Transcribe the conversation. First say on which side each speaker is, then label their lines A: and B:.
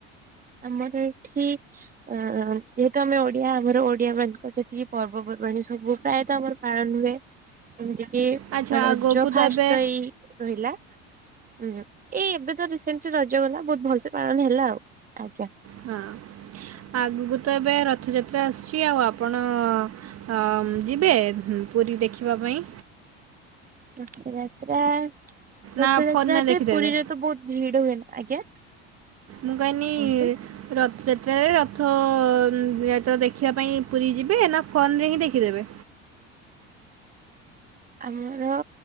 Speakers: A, on the right (about 25°); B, on the right (about 45°).
A: ଆମର ଏଠିକ ଆ ଏତ ଆମେ ଓଡିଆ ଆମର ଓଡିଆ ମାନଙ୍କର ଯେତିକି ପର୍ବପର୍ବାଣୀ ସବୁ ପ୍ରାୟତଃ ଆମର। ପାଳନ ହୁଏ ଏମିତି କିି
B: ଆଚ୍ଛା
A: ରଜ
B: ଆଗକୁ ତ
A: ଫାଷ୍ଟ
B: ଏବେ
A: ଏଇ ରହିଲାଁ ଏଇ ଏବେ ତ ରିସେଣ୍ଟ ରଜ ଗଲା ବହୁତ ଭଲସେ ପାଳନ ହେଲା ଆଉ ଆଜା।
B: ହଁ ଆଗକୁ ତ ଏବେ ରଥଯାତ୍ରା ଆସୁଛି ଆଉ ଆପଣ ଅ ଯିବେ ପୁରୀ ଦେଖିବା ପାଇଁ।
A: ରଥଯାତ୍ରା ରଥଯାତ୍ରା
B: ନା ଫୋନରେ ଦେଖିଦେବେ
A: ଯେ ପୁରୀରେ ତ ବହୁତ ଭିଡ ହୁଏ ନା ଆଜ୍ଞା।
B: ମୁଁ କଇନି
A: କୁହନ୍ତୁ
B: ରଥ ସେତାରେ ରଥତେଳେ ଦେଖିବା ପାଇଁ ପୁରୀ ଯିବେ ନା ଫୋନ ରେ ହିଁ ଦେଖିଦେବେ?
A: ଆମର